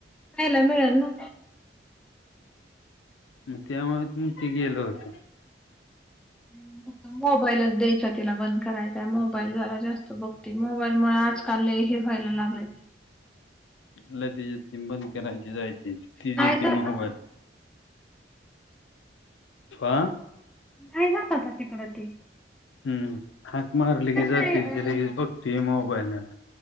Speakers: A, in the centre; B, on the left.
A: खायला मिळल ना.
B: म त्यामुळं त म ते गेलं होतं.
A: <unintelligible> मोबाईलच द्यायचा तिला बंद करायचा. मोबाईल जरा जास्त बघती. मोबाईलमुळं आज काल लय हे व्हायला लागलय.
B: तिला ती ती बंद करायची जायची, तिच
A: नाही
B: देती
A: जात
B: मोबाईल.
A: आता ते,
B: आं?
A: नाही जात आता तिकडं ती.
B: हं. हाक मारली की जातंय
A: आहे अ
B: ती. लगेच बघतंय मोबाईलात.